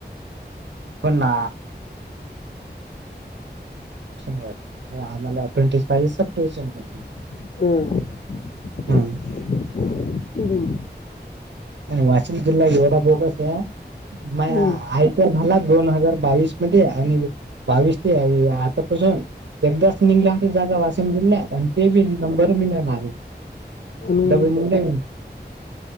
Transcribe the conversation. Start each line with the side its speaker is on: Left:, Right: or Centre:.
Right: <unintelligible> स्टेशन वर आम्हाला अप्रेंडिस पाहिजे सब स्टेशन वर
Left: <unintelligible>
Right: हम्म.
Left: <unintelligible>
Right: आणि वाशिम जिल्हा एवढा बोगस ये माय
Left: हं.
Right: चारज झाला दोन हजार बावीस मध्ये आणि बावीस ते आतापासून एकदाच निघले होते जागा वाशिम जिल्ह्यात आणि ते बि नंबर बी नाय लागत
Left: आणि
Right: नवी मुंबई